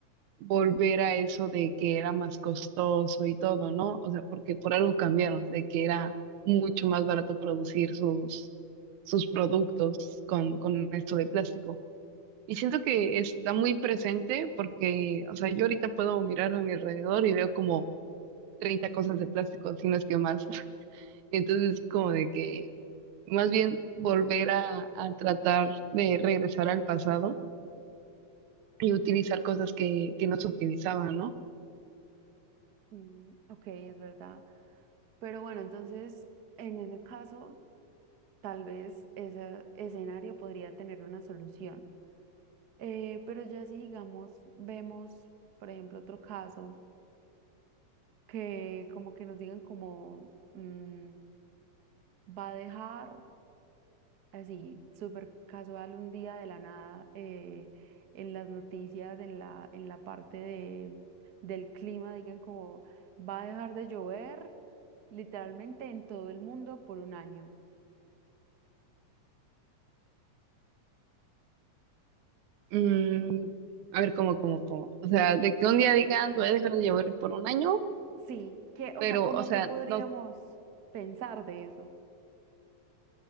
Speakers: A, on the right; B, on the right.
A: volver a eso de que era más costoso y todo, ¿no? O sea, porque por algo cambiaron, de que era mucho más barato producir sus, sus productos con, con esto de plástico. Y siento que está muy presente porque, o sea, yo ahorita puedo mirar a mi alrededor y veo como 30 cosas de plástico, si no es que más. <laughs> Entonces, como de que más bien volver a, a tratar de regresar al pasado y utilizar cosas que, que no se utilizaban, ¿no?
B: Mm, ok, es verdad. Pero bueno, entonces, en ese caso, tal vez ese escenario podría tener una solución. Eh, pero ya si digamos, vemos, por ejemplo, otro caso que como que nos digan como mm, va a dejar así, súper casual un día de la nada eh, en las noticias, en la, en la parte de, del clima, digan como va a dejar de llover literalmente en todo el mundo por un año.
A: Mm, a ver, ¿cómo, cómo, cómo? O sea, de que un día digan, voy a dejar de llover por un año,
B: Sí, que, o
A: pero,
B: sea, como
A: o sea,
B: que podríamos
A: no.
B: pensar de eso.